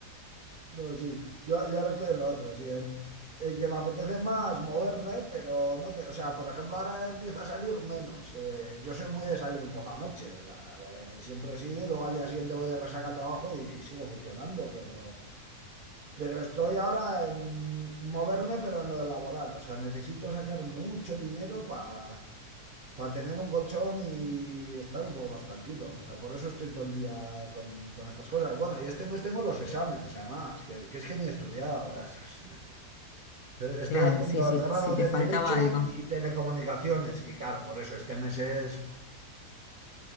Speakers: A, on the right (about 55°); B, on the left (about 70°).
A: No, sí. Yo, yo ahora estoy en lo otro, sí. En, en que me apetece más moverme, pero no te. O sea, por ejemplo, ahora empiezo a salir menos. Eh, yo soy muy de salir por la noche. O sea, eh, siempre he sido y luego al día siguiente voy de resaca al trabajo y, sigo funcionando. Pero, pero estoy ahora en moverme, pero en lo laboral. O sea, necesito sacar mucho dinero para para tener un colchón y estar un poco más tranquilo. O sea, por eso estoy todo el día con, con estas cosas. Bueno, y este mes tengo los exámenes, además, que, que es que ni he estudiado. Estoy, estoy
B: Claro,
A: haciendo
B: sí, sí,
A: el grado
B: sí te
A: de
B: faltaba
A: Derecho
B: algo.
A: y Telecomunicaciones. Y claro, por eso este mes es...